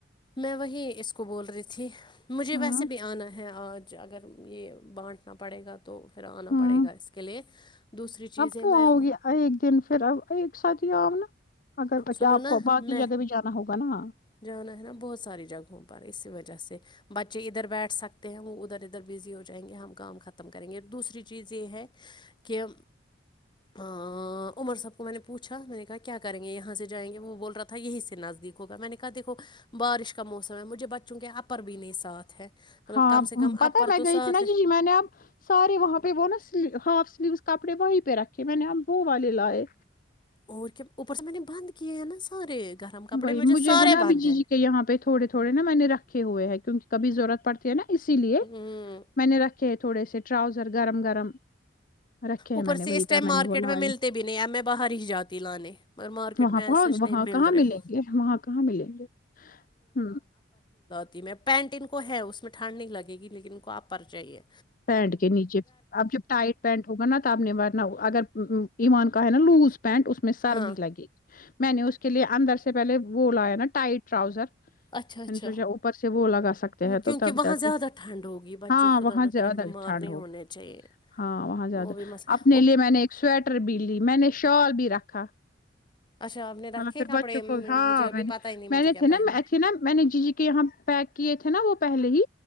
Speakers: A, on the left; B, on the left.
A: میں وہیں اس کو بول رہی تھی مجھے
B: ہوں
A: ویسے بھی آنا ہے ہیں آج اگر یہ بانٹنا پڑے گا تو تو پھر آنا
B: ہوں
A: پڑے گا اس کے لیے دوسری چیزیں
B: اب کیوں
A: میں
B: ہوگی ایک دن پھر آ ایک سات یہ آؤ نا اگر بچہ
A: سنو
B: آپ
A: نا
B: کو باقی
A: میں
B: جگہ بھی جانا ہوگا نا
A: جانا ہے نا بہت ساری جگہوں پر اسی وجہ سے بچے ادھر بیٹھ سکتے ہیں وہ ادھر ادھر بزی ہو جائیں گے ہم کام ختم کریں گے دوسری چیز یہ ہے کہ عمر سب کو میں نے پوچھا میں نے کہا کیا کریں گے یہاں سے جائیں گے وہ بول رہا تھا یہیں سے نزدیک ہوگا میں نے دیکھو بارش کا موسم ہے مجھے بچوں کے اپر بھی ن ساتھ ہے مطلب
B: ہاں
A: کم سے کم
B: پتا
A: اپر
B: ہے میں
A: تو
B: گئی
A: ساتھ
B: تھی نا
A: لے،
B: جی جی میں نے اب سارے وہاں پہ وہ نا ہاف سلیو کپڑے وہیں پہ رکھے میں نے ابو والے لائے
A: اور کیا اوپر سے میں نے بند کیے ہیں نا سارے گرم کپڑے
B: وہی مجھے
A: سارے
B: ہے نا ابھی
A: بند
B: جی
A: ہیں
B: جی کے یہاں پہ تھوڑے تھوڑے نا میں نے رکھے ہوئے ہیں کیونکہ کبھی ضرورت پڑتی ہے نا اسی لیے
A: ہوں
B: میں نے رکھے تھوڑے سے رؤزر گرم گرم رکھے ہیں
A: اوپر
B: میں نے
A: سے
B: وہی
A: اس ٹائم
B: پہ
A: مارکیٹ
B: نے بولا
A: میں ملتے بھی نہیں میں باہر ہی جاتی لانے م مارکیٹ
B: وہاں
A: میں ایساچ
B: وہاں
A: نہیں مل
B: کہاں
A: رہا
B: ملیں گے وہاں کہاں ملیںے ہ
A: ت میں پینٹ ان کو ہے اس میں ٹھانڈ نہیں لگےی لیکن ان کو آپ پرچاہیے
B: پینٹ کے نیچے اب جب ٹائٹ پینٹ ہوگا نا تبنی بنؤ اگر ایان کہ نہا لوز پینٹ اس میں سرد
A: ہاں
B: لگی میں نے اس کے لیے اندر سے پہلے وہ لایا نا ٹائٹ ٹراؤزر
A: اچھا اچھا
B: سوچ اوپر سے وہ لگا سکتے ہیں
A: کیونکہ
B: تو تب
A: وہاں
B: جا کے
A: زیادہ ٹھنڈ ہوگی بچے
B: ہاں
A: خدا
B: وہاں
A: نہ
B: زیادہ
A: کرے بیمار
B: ٹھنڈ
A: نہیں
B: ہو
A: ہونے چاہیے
B: ہاں وہاں زیادہ
A: وہ بھی مس
B: اپنے
A: وہ
B: لیے میں نے ایک سویٹر بھی لی میں نے شال بھی رکھا
A: اچھا آپ نے رکھے
B: تھاا <inaudible> پھر
A: کپڑے
B: بچوں کو
A: مجھے
B: ہاں
A: ابھی
B: میں نے
A: پتہ ہی نہیں مجھے
B: میں نے
A: کیا
B: تھے
A: پہننے
B: نا تھی نا میں نے جی جی کے یہاں پیک کیے تھے تھے نا وہ پہلے ہی